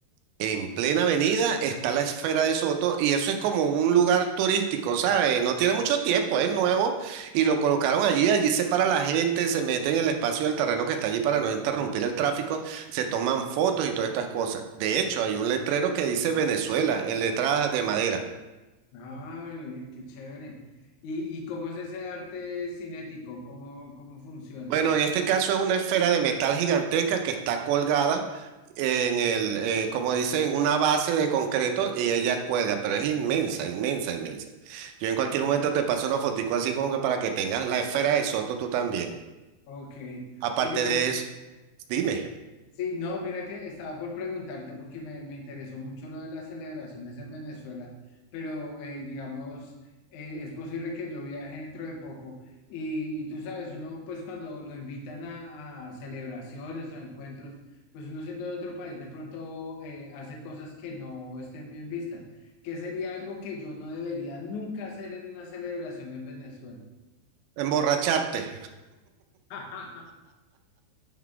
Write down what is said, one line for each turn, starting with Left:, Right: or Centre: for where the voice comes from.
Right: en plena avenida está la Esfera de Soto y eso es como un lugar turístico, ¿sabes? No tiene mucho tiempo, es nuevo y lo colocaron allí, allí se para la gente, se mete en el espacio del terreno que está allí para no interrumpir el tráfico, se toman fotos y todas estas cosas. De hecho, hay un letrero que dice Venezuela en letras de madera.
Left: Ay, oye, qué chévere. ¿Y, y cómo es ese arte cinético? ¿Cómo, cómo funciona?
Right: Bueno, en este caso es una esfera de metal gigantesca que está colgada en el, eh, como dice, en una base de concreto y ella cuelga, pero es inmensa, inmensa, inmensa. Yo en cualquier
Left: Wow.
Right: momento te paso una fotico así como que para que tengas la esfera de Soto tú también.
Left: Ok.
Right: Aparte
Left: Oye,
Right: de
Left: mira,
Right: eso, dime,
Left: Sí, no, mira que estaba por preguntarte porque me, me interesó mucho lo de las celebraciones en Venezuela, pero eh, digamos, eh, es posible que yo viaje dentro de poco y, y tú sabes, uno pues cuando lo invitan a, a celebraciones o encuentros, pues uno siendo de otro país de pronto eh, hace cosas que no estén bien vistas, que sería algo que yo no debería nunca hacer en una celebración en Venezuela.
Right: emborracharte.
Left: <laughs>